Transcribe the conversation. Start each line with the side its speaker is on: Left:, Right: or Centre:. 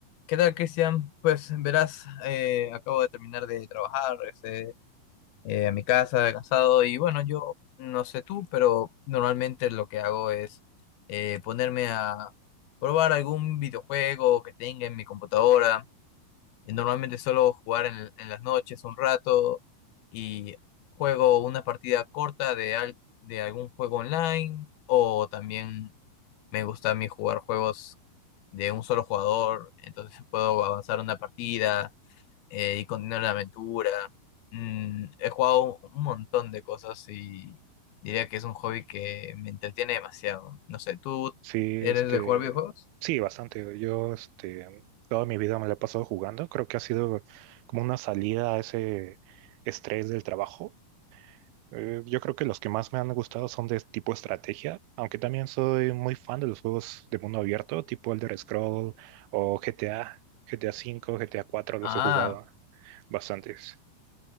Left: ¿Qué tal, Cristian? Pues verás, eh, acabo de terminar de trabajar, regresé eh, a mi casa, cansado, y bueno, yo no sé tú, pero normalmente lo que hago es eh, ponerme a probar algún videojuego que tenga en mi computadora. Y normalmente solo jugar en, en las noches un rato y juego una partida corta de, al- de algún juego online o también me gusta a mí jugar juegos de un solo jugador, entonces puedo avanzar una partida eh, y continuar la aventura. Mm, he jugado un montón de cosas y diría que es un hobby que me entretiene demasiado. No sé, ¿tú
Right: Sí, este,
Left: eres de jugar videojuegos?
Right: sí, bastante. Yo, este, toda mi vida me la he pasado jugando. Creo que ha sido como una salida a ese estrés del trabajo. Eh, yo creo que los que más me han gustado son de tipo estrategia, aunque también soy muy fan de los juegos de mundo abierto, tipo Elder Scroll o GTA, GTA V, GTA cuatro, los
Left: Ah,
Right: he jugado bastantes.